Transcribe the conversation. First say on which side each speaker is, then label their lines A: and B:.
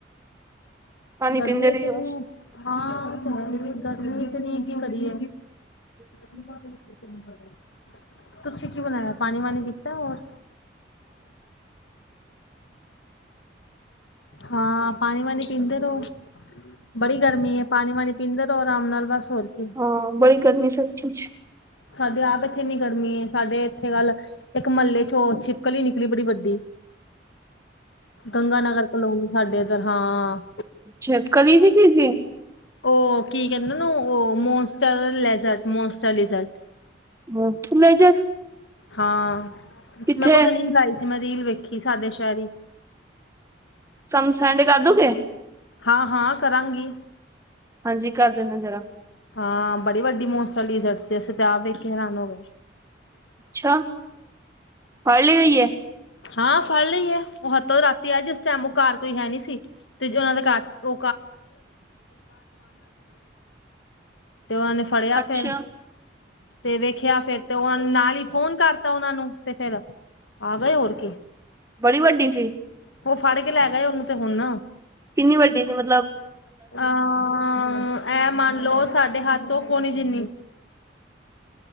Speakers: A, on the right; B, on the left.
A: ਪਾਣੀ
B: ਗਰਮੀ
A: ਪੀਂਦੇ
B: ਇਤਨੀ
A: ਰਹੀਓ ਬਸ
B: ਐ ਹਾਂ ਤਾਂ ਹੈ ਗਰਮੀ ਇਤਨੀ ਕੀ ਕਰੀਏ
A: <inaudible>
B: <unintelligible> ਤੁਸੀਂ ਕੀ ਬਣਾਇਆ ਪਾਣੀ ਵਾਣੀ ਪੀਤਾ ਐ ਹੋਰ ਹਾਂ ਪਾਣੀ ਵਾਣੀ ਪੀਂਦੇ ਰਹੋ ਬੜੀ ਗਰਮੀ ਐ ਪਾਣੀ ਵਾਣੀ ਪੀਂਦੇ ਰਹੋ ਆਰਾਮ ਨਾਲ ਬਸ ਹੋਰ ਕੀ
A: ਹਾਂ <unintelligible>
B: ਸਾਡੇ ਆਪ ਇਥੇ ਮੀਂ ਗਰਮੀ ਐ ਸਾਡੇ ਇੱਥੇ ਕੱਲ ਇੱਕ ਮਹੱਲੇ ਚੋਂ ਹੋਰ ਛਿਪਕਲ ਹੀ ਨਿਕਲੀ ਬੜੀ ਵੱਡੀ ਗੰਗਾ ਨਗਰ ਕਲੋਨੀ ਸਾਡੇ ਇੱਧਰ ਹਾਂ
A: ਸ਼ਿਪਕਲੀ ਸੀ ਕੀ ਸੀ
B: ਉਹ ਕੀ ਕਹਿੰਦੇ ਨਾ ਉਹ ਮੋਸਟਰ ਲੈਜਟ ਮੋਸਟ ਲਿਜਾਰਟ
A: <unintelligible>
B: ਹਾਂ
A: ਕਿੱਥੇ
B: ਮੇਰੇ ਕੋਲ ਤਾਂ ਰੀਲ ਆਈ ਸੀ ਮੈਂ ਰੀਲ ਵੇਖੀ ਸਾਡੇ ਸ਼ਹਿਰ ਈ
A: ਸਮ ਸੈਂਡ ਕਰ ਦੋਗੇ
B: ਹਾਂ ਹਾਂ ਕਰਾਂਗੀ
A: ਹਾਂਜੀ ਕਰ ਦੇਣਾ ਜ਼ਰਾ
B: ਹਾਂ ਬੜੀ ਵੱਡੀ <unintelligible> ਸੀ ਅਸੀਂ ਤਾਂ ਆਪ ਵੇਖ ਕੇ ਹੈਰਾਨ ਹੋ ਗੇ
A: ਅੱਛਾਂ ਫੜਲੀ ਗਈ ਐ
B: ਹਾਂ ਫੜ ਲਈ ਐ ਉਹ ਹੱਥੋਂ ਰਾਤੀ ਆਇ ਜਿਸ ਟਾਈਮ ਉਹ ਘਰ ਕੋਈ ਹੈ ਨੀ ਸੀ ਤੇ ਉਹਨਾਂ ਦੇ ਘਰ <unintelligible> ਤੇ ਉਹਨਾਂ ਨੇ ਫੜਿਆ
A: ਅੱਛਾ
B: ਫੇਰ ਤੇ ਵੇਖਿਆ ਫੇਰ ਤੇ ਉਹ ਨਾਲ ਹੀ ਫੋਨ ਕਰਤਾ ਉਹਨਾਂ ਨੂੰ ਤੇ ਫੇਿਰ ਆ ਗਏ ਹੋਰ <inaudible>
A: ਬੜੀ ਵੱਡੀ ਸੀ
B: ਉਹ ਫੜ ਕੇ ਲੈ ਗਏ ਉਹਨੂੰ ਤੇ ਹੁਣ
A: ਕਿੰਨੀ ਵੱਡੀ ਸੀ ਮਲਬ
B: ਅ ਐ ਮੰਨ ਲੋ ਸਾਡੇ ਹੱਥ ਤੌ ਕੋਣੀ ਜਿੰਨੀ